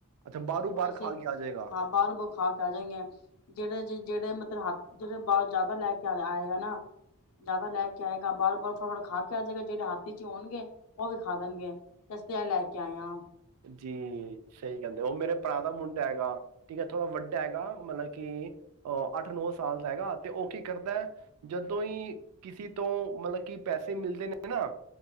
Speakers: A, on the right; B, on the left.
A: ਅੱਛਾ ਬਾਹਰੋਂ
B: ਹੁਣ
A: ਬਾਹਰ
B: ਅਸੀਂ
A: ਖਾ ਕੇ ਆ ਜਾਏਗਾ
B: ਹਾਂ ਬਾਹਰੋਂ ਬੁ ਖਾ ਕੇ ਆ ਜਾਏਗੇ ਆ ਜਿਹੜੇ ਜ ਜਿਹੜੇ ਮਤਲਬ ਹੱਥ ਜਿਹੜੇ ਬਾਹਰ ਜ਼ਿਆਦਾ ਲੈ ਕੇ ਆਏਗਾ ਨਾ ਜ਼ਿਆਦਾ ਲੈ ਕੇ ਆਏਗਾ ਬਾਰ ਬਾਰ ਫਟਾਫਟ ਖਾ ਕੇ ਆ ਜਾਏਗਾ ਜਿਹੜੇ ਹਾਥੀ ਚ ਹੋਣਗੇ ਉਹ ਵੀ ਖਾ ਦੇਣਗੇ ਕਸਤਿਆ ਲੈ ਕੇ ਆਇਆ
A: ਜੀ ਸਹੀ ਕਹਿੰਦੇ ਉਹ ਮੇਰੇ ਭਰਾ ਦਾ ਮੁੰਡਾ ਹੈਗਾ ਠੀਕ ਹੈ ਥੋੜ੍ਹਾ ਵੱਡਾ ਹੈਗਾ ਮਤਲਬ ਕਿ ਅਹ ਅੱਠ ਨੋ ਸਾਲ ਦਾ ਹੈਗਾ ਤੇ ਉਹ ਕੀ ਕਰਦਾ ਹੈ ਜਦੋਂ ਹੀ ਕਿਸੇ ਤੋਂ ਮਤਲਬ ਕਿ ਪੈਸੇ ਮਿਲਦੇ ਨੇ ਨਾ